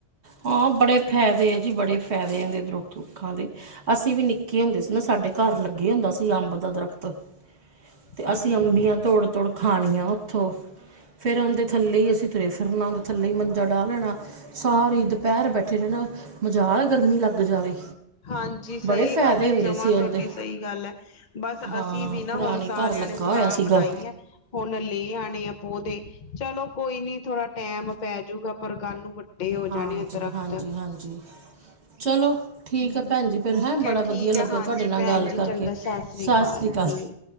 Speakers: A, on the right (about 65°); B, on the left (about 45°).
A: ਹਾਂ, ਬੜੇ ਫ਼ੈਦੇ ਐ ਜੀ, ਬੜੇ ਫੈਦੇ ਐ ਏਦੇ ਦਰੁੱਖ ਰੁੱਖਾਂ ਦੇ। ਅਸੀ ਵੀ ਨਿੱਕੇ ਹੁੰਦੇ ਸੀ ਨਾ, ਸਾਡੇ ਘਰ ਲੱਗੇ ਹੁੰਦਾ ਸੀ ਅੰਬ ਦਾ ਦਰਖਤ। ਤੇ
B: ਹਮ
A: ਅਸੀਂ ਅੰਬੀਆਂ ਤੋੜ-ਤੋੜ ਖਾਣੀਆਂ ਓਥੋ, ਫੇਰ ਓਦੇ ਥੱਲੇ ਹੀ ਅਸੀਂ ਤੁਰੇ ਕਰਨਾ ਓਦੇ ਥੱਲੇ ਮੰਜਾ ਡਾਹ ਲੈਣਾ, ਸਾਰੀ ਦੁਪੈਰ ਬੈਠੇ ਰੈਣਾ। ਮਜਾਲ ਐ, ਗਰਮੀ ਲੱਗ ਜਾਵੇ।
B: ਹਾਂਜੀ, ਸਈ
A: ਬੜੇ ਫਾਇਦੇ
B: ਗੱਲ ਐ,
A: ਹੁੰਦੇ
B: ਜਮਾਂ
A: ਸੀ ਉਹਦੇ
B: ਤੁਆਡੀ ਸਈ ਗੱਲ ਐ। ਬਸ,
A: ਹਾਂ
B: ਅਸੀਂ ਵੀ ਨਾ
A: ਪੁਰਾਣੇ
B: ਹੁਣ ਸਾਰਿਆਂ
A: ਘਰ ਲੱਗਾ
B: ਨੇ ਸਲਾਹ
A: ਹੋਇਆ ਸੀਗਾ
B: ਬਣਾਈ ਐ। ਹੁਣ ਲੈ ਆਣੇ ਆ ਪੌਦੇ ਚਲੋ ਕੋਈ ਨੀ ਥੋੜਾ ਟੈਮ ਪੈਜੂਗਾ ਪਰ ਕੱਲ ਨੂੰ ਵੱਡੇ ਹੋ
A: ਹਾਂਜੀ
B: ਜਾਣੇ ਐ ਦਰਖਤ।
A: ਹਾਂਜੀ ਹਾਂਜੀ ਚਲੋ ਠੀਕ ਐ ਭੈਣ ਜੀ,
B: ਠੀਕ
A: ਫੇਰ ਹੈਂ
B: ਹੈ
A: ਬੜਾ
B: ਠੀਕ
A: ਵਧੀਆ
B: ਹੈ
A: ਲੱਗਿਆ
B: ਹਾਂਜੀ
A: ਤੁਆਡੇ ਨਾਲ
B: ਭੈਣ
A: ਗੱਲ
B: ਜੀ
A: ਕਰਕੇ,
B: ਚੰਗਾ ਸਤਿ ਸ੍ਰੀ
A: ਸਸ ਸ਼੍ਰੀ ਅਕਾਲ।
B: ਠੀਕ